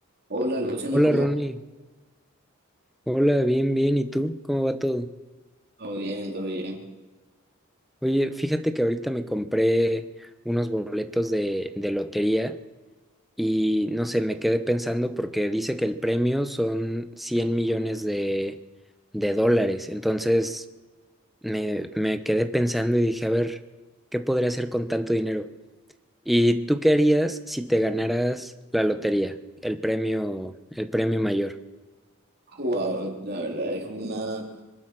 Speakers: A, on the right; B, in the centre.
A: Hola Luciano,
B: Hola
A: ¿cómo?
B: Ronnie,
A: vas?
B: hola, bien, bien, ¿y tú? ¿Cómo va todo?
A: Todo bien, todo bien.
B: Oye, fíjate que ahorita me compré unos boletos de, de lotería y no sé, me quedé pensando porque dice que el premio son 100 millones de, de dólares, entonces me, me quedé pensando y dije, a ver, ¿qué podría hacer con tanto dinero? ¿Y tú qué harías si te ganaras la lotería, el premio, el premio mayor?
A: Wow, la verdad es una,